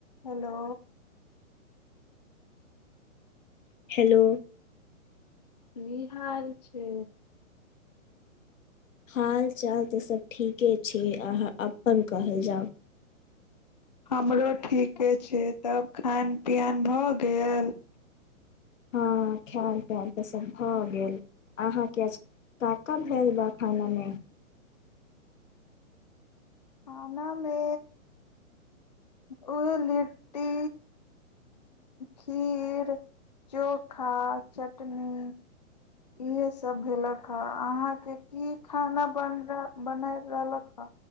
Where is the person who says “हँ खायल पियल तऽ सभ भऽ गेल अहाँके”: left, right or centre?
Left